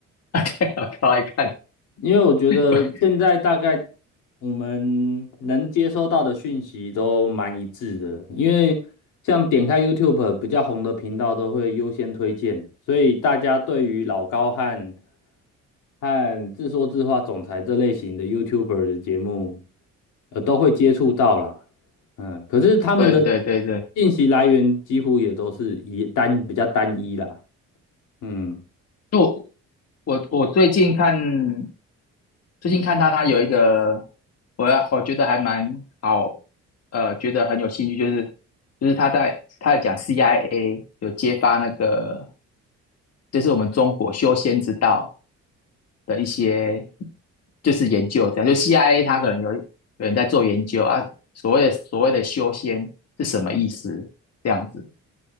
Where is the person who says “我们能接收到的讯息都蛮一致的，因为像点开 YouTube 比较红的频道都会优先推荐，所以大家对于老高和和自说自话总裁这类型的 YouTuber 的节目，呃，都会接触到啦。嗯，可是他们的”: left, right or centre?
Left